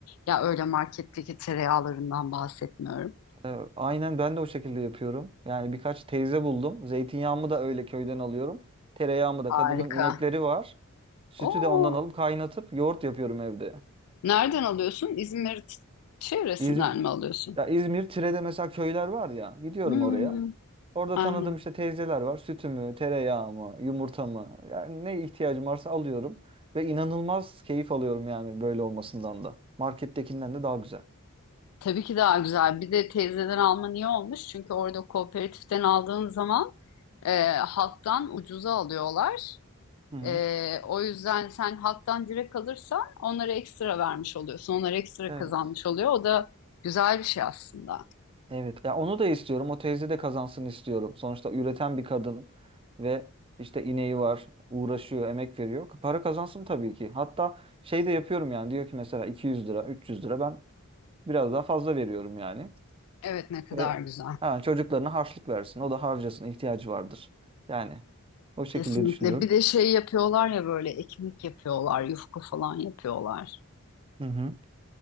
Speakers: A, on the left; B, on the right.
A: Ya öyle marketteki tereyağlarından bahsetmiyorum.
B: Ee, Aynen ben de o şekilde yapıyorum. Yani birkaç teyze buldum. Zeytinyağımı da öyle köyden alıyorum. Tereyağımı da
A: Harika.
B: kadının inekleri var. Sütü
A: Oo,
B: de ondan alıp kaynatıp yoğurt yapıyorum evde.
A: nereden alıyorsun? İzmir çevresinden
B: İzmir,
A: mi alıyorsun?
B: Ya İzmir Tire'de mesela köyler var ya. Gidiyorum
A: Hmm.
B: oraya. Orada
A: Aynen.
B: tanıdığım işte teyzeler var. Sütümü, tereyağımı, yumurtamı. Yani ne ihtiyacım varsa alıyorum. Ve inanılmaz keyif alıyorum yani böyle olmasından da. Markettekinden de daha güzel.
A: Tabii ki daha güzel. Bir de teyzeden alman iyi olmuş. Çünkü orada kooperatiften aldığın zaman e, halktan ucuza alıyorlar.
B: Hı hı.
A: E, o yüzden sen halktan direkt alırsan onlara ekstra vermiş oluyorsun. Onlar ekstra
B: Evet.
A: kazanmış oluyor. O da güzel bir şey aslında.
B: Evet. Ya onu da istiyorum. O teyze de kazansın istiyorum. Sonuçta üreten bir kadın ve işte ineği var, uğraşıyor, emek veriyor. Para kazansın tabii ki. Hatta şey de yapıyorum yani. Diyor ki mesela 200 lira, 300 lira ben biraz daha fazla veriyorum yani.
A: Evet ne kadar
B: Ve
A: güzel.
B: ha, çocuklarına harçlık versin. O da harcasın, ihtiyacı vardır. Yani o şekilde
A: Kesinlikle.
B: düşünüyorum.
A: Bir de şey yapıyorlar ya böyle ekmek yapıyorlar, yufka falan yapıyorlar.
B: Hı hı.